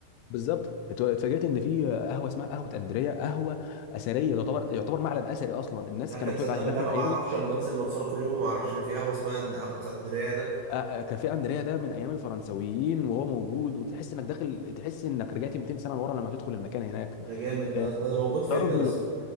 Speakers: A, on the left; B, on the right.
A: بالظبط ات- اتفاجئت ان في آه، قهوه اسمها قهوه اندريا قهوه اثريه تعتبر يعتبر معلم اثري اصلا الناس
B: يا اخي
A: كانوا
B: تصدق
A: بتقعد
B: بالله
A: هناك
B: انا
A: من ايام
B: ما اعرفش
A: ال...
B: انا بنزل المنصوره كل يوم وما اعرفش ان في قهوه اسمها عند قهوه اسكندريه انا
A: آه، آه، كافيه اندريا ده من ايام الفرنسويين وهو موجود وتحس انك داخل تحس انك رجعت 200 سنه لورا لما تدخل المكان هناك
B: ده جامد ده
A: آه،
B: يا اسطى ده موجود فين
A: دار ابن
B: ده يا اسطى
A: لقي-